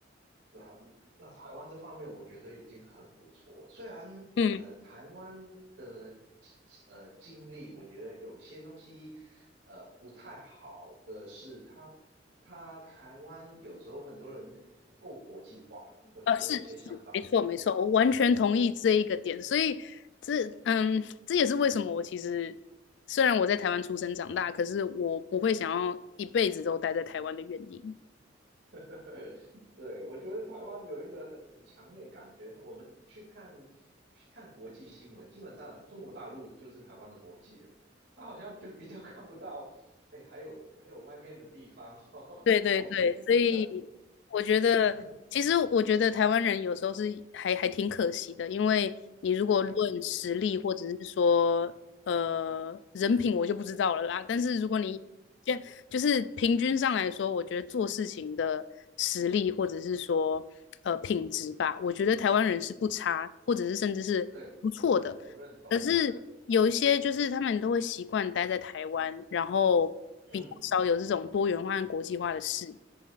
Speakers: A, on the right; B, on the left.
A: 对啊，那台湾这方面我觉得已经很不错了。虽然呃台湾的
B: 嗯，
A: 呃经历，我觉得有些东西呃不太好的是它，它台湾有时候很多人不够国际化，我觉得有些想法。
B: 呃，是是，没错没错，我完全同意这一个点。所以这嗯，这也是为什么我其实虽然我在台湾出生长大，可是我不会想要一辈子都待在台湾的原因。
A: <laughs> 对，我觉得台湾有一个很很强烈的感觉，我们去看去看国际新闻，基本上中国大陆就是台湾的国际了，他好像就比较 <laughs> 看不到，哎，还有还有外面的地方哦。
B: 对对对，
A: <laughs> 那我看新闻，
B: 所以我觉得，
A: <clears throat>
B: 其实我觉得台湾人有时候是还还挺可惜的，因为你如果论实力或者是说呃人品，
A: 对
B: 我就不知道了啦。但是如果你就就是平均上来说，我觉得做事情的实力或者是说呃品质吧，我觉得台湾人是不差，或者是甚至是不错的。
A: 对，我认同，
B: 可是有一些就是他们都会习惯待在台湾，
A: 对，
B: 然后比较少有这种多元化和国际化的事。
A: 嗯